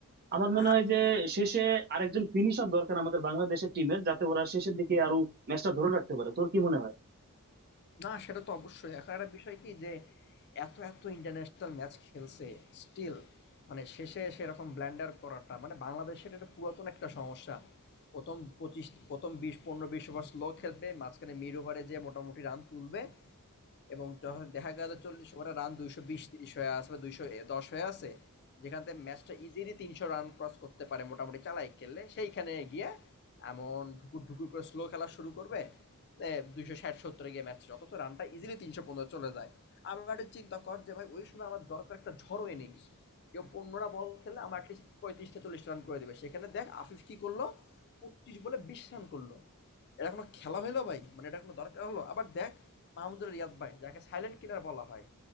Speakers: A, on the right; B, on the left.
A: আমার মনে
B: হ্যাঁ
A: হয় যে শেষে আরেকজন ফিনিশার দরকার আমাদের বাংলাদেশের টিমের যাতে ওরা শেষের দিকে আরো ম্যাচটা ধরে রাখতে পারে তোর কি মনে হয়
B: না সেটা তো অবশ্যই এখন একটা বিষয় কি যে এত এত ইন্টারন্যাশনাল ম্যাচ খেলছে স্টিল মানে শেষে এসে এরকম ব্ল্যান্ডার করাটা মানে বাংলাদেশের এটা পুরাতন একটা সমস্যা প্রথম পঁচিশ প্রথম বিশ পনেরো বিশ ওভার স্লো খেলবে মাঝখানে মিড ওভারে যে মোটামুটি রান তুলবে এবং যখন দেখা গেল চল্লিশ ওভারে রান দুইশো বিশ তিরিশ হয়ে আছে বা দুইশো দশ হয়ে আছে যেখান থেকে ম্যাচটা ইজিলি তিনশো রান ক্রস করতে পারে মোটামুটি চালাই খেললে সেইখানে গিয়ে এমন ঢুকুর ঢুকুর করে স্লো খেলা শুরু করবে দুইশো ষাট সত্তরে গিয়ে ম্যাচ অথচ রানটা ইজিলি তিনশো পনেরো চলে যায় আবার একটা চিন্তা কর যে ভাই ওই সময় আমার দরকার একটা ঝড়ো ইনিংস কেউ পনেরোটা বল খেললে আমার অ্যাটলিস্ট পঁয়ত্রিশটা চল্লিশ রান করে দেবে সেখানে দেখ আফিফ কি করলো পঁচিশ বলে বিশ রান করলো এটা কোনো খেলা হলো ভাই মানে এটা কোনো দরকার হলো আবার দেখ মাহমুদুল রিয়াদ ভাই যাকে সাইলেন্ট কিলার বলা হয়